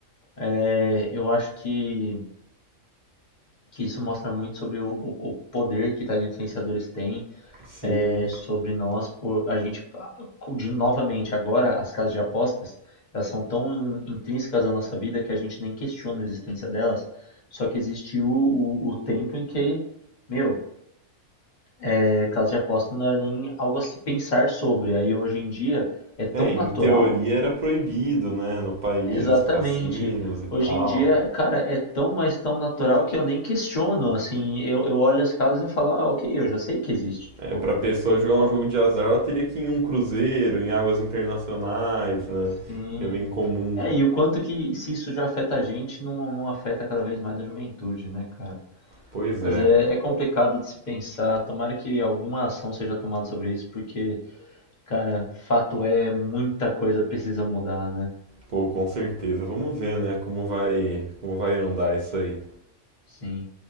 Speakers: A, on the left; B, on the right.
A: é, eu acho que, que isso mostra muito sobre o, o o poder que tais influenciadores têm
B: Sim,
A: é, sobre nós por a gente de novamente agora as casas de apostas elas são tão intrínsecas à nossa vida que a gente nem questiona a existência delas só que existiu o, o tempo em que meu é, casa de aposta não era nem algo a se pensar sobre aí hoje em dia é tão
B: É, em
A: natural
B: teoria era proibido, né, no país,
A: exatamente
B: cassinos e tal.
A: hoje em dia cara é tão mas tão natural que eu nem questiono assim eu, eu olho as casas e eu falo ah ok eu já sei que existe tipo
B: É, pra pessoa jogar um
A: ok,
B: jogo de azar, ela teria que ir em um cruzeiro, em águas internacionais, né,
A: sim
B: que é bem comum.
A: É, e o quanto que se isso já afeta a gente, não, não afeta cada vez mais a juventude, né, cara?
B: Pois
A: Mas
B: é,
A: é, é complicado de se pensar. Tomara que alguma ação seja tomada sobre isso, porque, cara, fato é, muita coisa precisa mudar, né?
B: pô, com certeza. Vamos ver, né, como vai, como vai andar isso aí.
A: Sim.